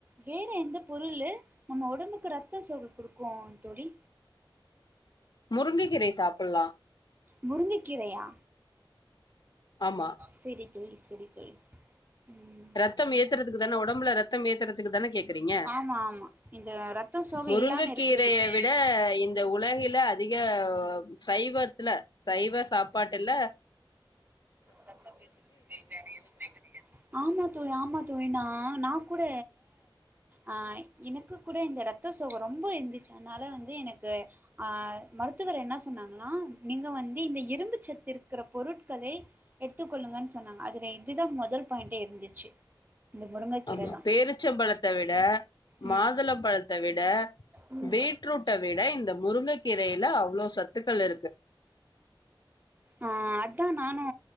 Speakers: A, on the right (about 20°); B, on the left (about 55°).
A: வேற எந்த பொருளு நம்ம ஒடம்புக்கு ரத்த சோகை கொடுக்கு தோழி
B: முருங்கைக்கீரை சாப்பிடலாம்.
A: முருங்கக்கீரையா
B: ஆமா.
A: சேரி தோழி சேரி தோழி ம்
B: ரத்தம் ஏத்துறதுக்கு தான ஒடம்புல ரத்தம் ஏத்துறதுக்கு தான கேக்குறீங்க
A: ஆமா ஆமா இந்த ரத்த சோகை
B: முருங்கக்கீரைய
A: இல்லாம இருக்கிறதுக்கு
B: விட இந்த உலகில அதிக சைவத்துல சைவ சாப்பாட்டுல
A: ரத்தம் ஏற்று வதற்கு வேற எதுவுமே கெடையாது ஆமா தோழி ஆமா தோழி நா கூட அ எனக்கு கூட இந்த ரத்த சோகை ரொம்ப இருந்துச்சு அதுனால வந்து எனக்கு ஆ மருத்துவர் என்ன சொன்னாங்கன்னா நீங்க வந்து இந்த இரும்புச் சத்து இருக்கிற பொருட்களை எடுத்துக்கொள்ளுங்கன்னு சொன்னாங்க அதுல இதுதா மொதல் பாயிண்ட்டே இருந்துச்சு இந்த முருங்கக்கீர
B: ஆமா
A: தா
B: பேரிச்சம்பழத்த விட
A: ம்
B: மாதுளம்பழத்த விட
A: ம்
B: பீட்ரூட்ட விட இந்த முருங்க கீரையில அவ்ளோ சத்துக்கள் இருக்கு
A: ஆ அதா நானு